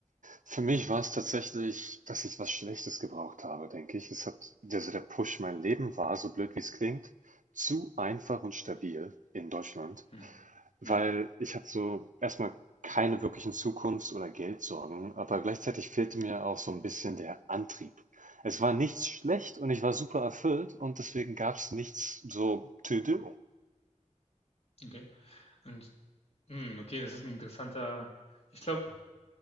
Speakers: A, on the right; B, on the left.
A: Für mich war es tatsächlich, dass ich was Schlechtes gebraucht habe, denke ich. Es hat also der Push, mein Leben war, so blöd wie es klingt, zu einfach und stabil in Deutschland,
B: Hm,
A: weil
B: Mhm.
A: ich hatte so erstmal keine wirklichen Zukunfts- oder Geldsorgen, aber gleichzeitig fehlte mir auch so ein bisschen der Antrieb. Es war nichts schlecht und ich war super erfüllt und deswegen gab es nichts so to do.
B: Okay. Und, hm, okay, das ist ein interessanter. Ich glaube,